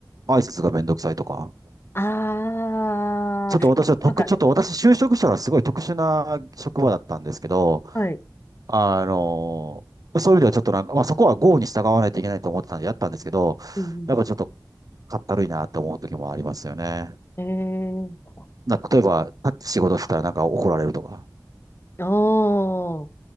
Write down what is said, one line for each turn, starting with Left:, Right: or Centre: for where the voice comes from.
Right: 挨拶がめんどくさいとか。
Left: ああ、
Right: ちょっと私は特、
Left: 仕事とかで。
Right: ちょっと私就職したらすごい特殊な職場だったんですけど、
Left: はい。
Right: あのそういう意味ではちょっとなんか、まあそこは郷に従わないといけないと思ってたんでやったんですけど、
Left: うん
Right: やっぱちょっとかったるいなって思う時もありますよね。
Left: うん。ええ
Right: な、例えば、タッチ仕事したらなんか怒られるとか。
Left: ー、おー。